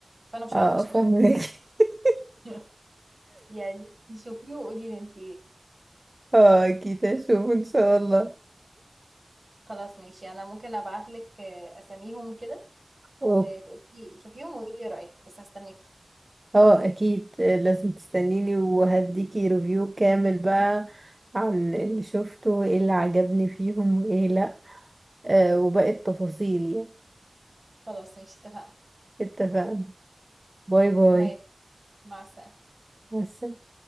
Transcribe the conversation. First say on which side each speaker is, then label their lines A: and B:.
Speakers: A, on the right; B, on the right.
A: فانا مش
B: اه
A: هعرف اشرحها
B: فاهمك <laughs>
A: <laughs> يعني شوفيه وقولي لي انت
B: اه اكيد هشوف ان شاء الله
A: خلاص ماشي انا ممكن ابعت لك آه، اساميهم كده وتقولي
B: أوك-
A: شوفيهم وقولي لي رايك بس هستناكي
B: اه اكيد آه، لازم تستنيني وهديكي ريفيو كامل بقى عن اللي شفته وايه اللي عجبني فيهم وايه لا آه وباقي التفاصيل يعني
A: خلاص ماشي اتفقنا
B: اتفقنا باي باي
A: باي مع السلامه
B: مع السلامة